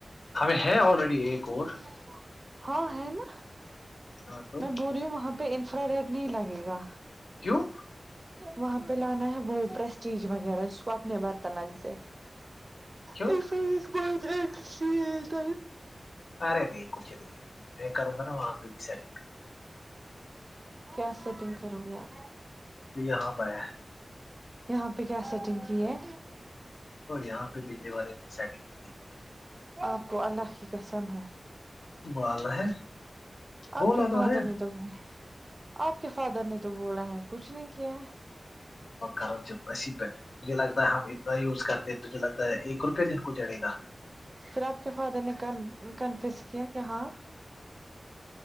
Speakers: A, on the left (about 75°); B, on the right (about 35°).
A: ہمیں ہے آلریڈی ایک اور
B: اچا ہاں ہے نا
A: ہاں تو
B: میں بول رہی ہوں وہاں پہ انفرا ریڈ نہیں لگے گا
A: کیوں
B: وہاں پہ لانا ہے وہ پرسٹیج وغیرہ جس کو اپنے برتن لگتے
A: کیوں
B: ا س بت اھی ت
A: ارے نہیں کچھ نہیں میں کروں گا نا وہاں پہ بھی سڈ
B: کیا سیٹنگ کرو گے آپ
A: ج یہاں پہ آ
B: یہاں پہ کیا سیٹنگ کی ہے
A: اور یہاں پہ بجلی والے نے اسارٹنگ کی
B: آپ کو اللہ کی قسم ہے
A: بال ہے
B: آپ
A: بولا
B: کے فادر
A: ہے
B: نے تو بول آپ کے فادر نے تو بولا ہے کچھ نہیں کیا ہے
A: اور کرو اسی پ مجھے لگتا ہے ہم اتنا یوز کرتے تجھے لگتا ہے ایک روپئے دن کو جڑے گا
B: پھر آپ کے فادر نے کنفیس کیا کہ ہاں